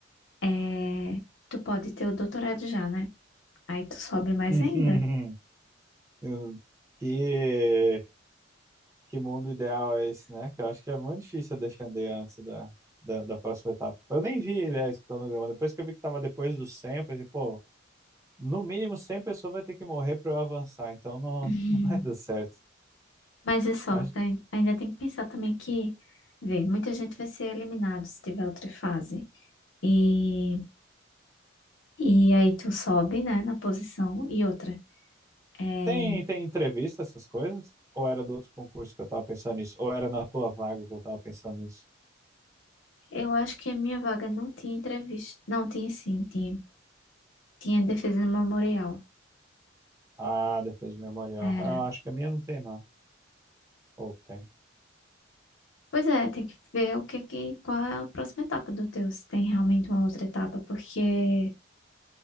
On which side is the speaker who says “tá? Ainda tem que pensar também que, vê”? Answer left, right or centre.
Left